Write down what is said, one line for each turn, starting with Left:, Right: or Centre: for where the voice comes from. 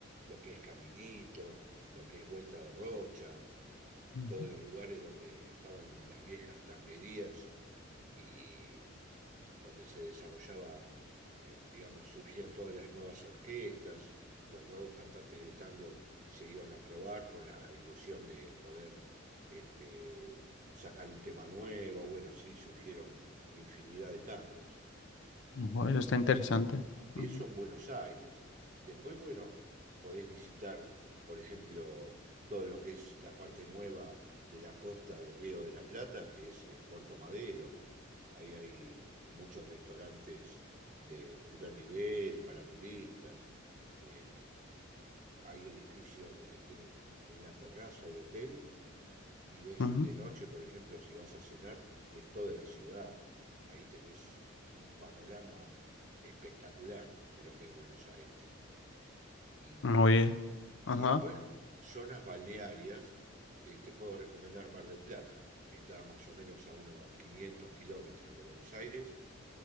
Right: lo que es Caminito, lo que es Vuelta de Rocha,
Left: ujú.
Right: todos los lugares donde estaban las viejas tanguerías y donde se desarrollaban, eh, digamos, surgían todas las nuevas orquestas, los nuevos cantantes de tango se iban a probar con la ilusión de poder este, sacar un tema nuevo, bueno, así surgieron infinidad de tangos.
Left: Ujú,
Right: Y
Left: Eso está interesante.
Right: eso
Left: Ujú,
Right: en Buenos Aires. Después, bueno, podés visitar, por ejemplo, todo lo que es la parte nueva de la costa del Río de la Plata, que es eh, Puerto Madero, Ahí hay muchos restaurantes de primer nivel para turistas. eh, hay edificios donde tienen en la terraza el hotel y ves
Left: ujú.
Right: de noche, por ejemplo, si vas a cenar, ves toda la ciudad. Ahí tenés un panorama espectacular de lo que es Buenos Aires. Y,
Left: Oye. Ajá.
Right: y después, zonas balnearias, eh, te puedo recomendar Mar del Plata. Está más o menos a unos 500 kilómetros de Buenos Aires